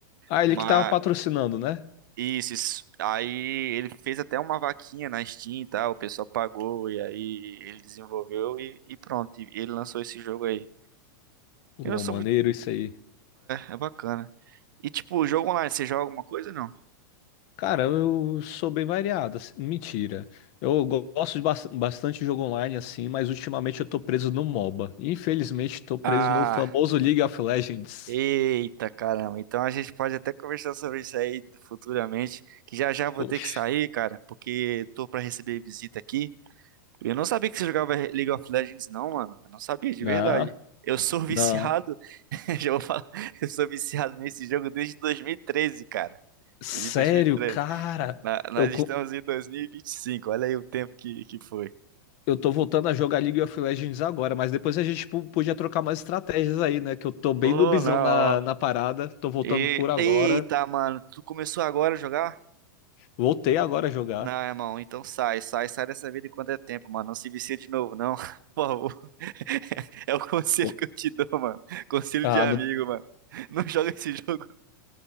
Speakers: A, on the left; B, on the right.
A: Ah,
B: Mas
A: ele que tava patrocinando, né?
B: Isso, isso. Aí ele fez até uma vaquinha na Steam e tal, o pessoal pagou e aí ele desenvolveu e, e pronto, e ele lançou esse jogo aí.
A: Pô,
B: Eu não sou
A: maneiro
B: muito.
A: isso aí.
B: É, é bacana. E tipo, o jogo online, você joga alguma coisa ou não?
A: Cara, eu sou bem variado, assim, mentira. Eu go- gosto de bas- bastante de jogo online, assim, mas ultimamente eu tô preso no MOBA. Infelizmente, tô preso
B: Ah,
A: no famoso League of Legends.
B: eita caramba. Então a gente pode até conversar sobre isso aí futuramente, que já já vou
A: Poxa.
B: ter que sair, cara, porque tô pra receber visita aqui. Eu não sabia que você jogava League of Legends, não, mano. Eu não sabia, de
A: Não,
B: verdade. Eu sou <laughs> viciado.
A: não.
B: <laughs> Já vou falar, eu sou viciado nesse jogo desde 2013, cara.
A: Sério,
B: Desde 2013.
A: cara.
B: Na- nós
A: Eu, co-
B: estamos em 2025, olha aí o tempo que, que foi.
A: eu tô voltando a jogar League of Legends agora, mas depois a gente po- podia trocar mais estratégias aí, né? Que eu tô bem
B: Oh,
A: noobzão
B: não.
A: na,
B: ó.
A: na parada. Tô voltando
B: E-
A: por agora.
B: Eita, mano, tu começou agora a jogar?
A: Voltei agora a jogar.
B: Não, irmão, então sai, sai, sai dessa vida enquanto é tempo, mano. Não se vicia de novo, não. <laughs> Por favor. <laughs> É o conselho
A: O-
B: que eu te dou, mano. Conselho
A: Ah,
B: de amigo,
A: não-
B: mano. Não joga esse jogo.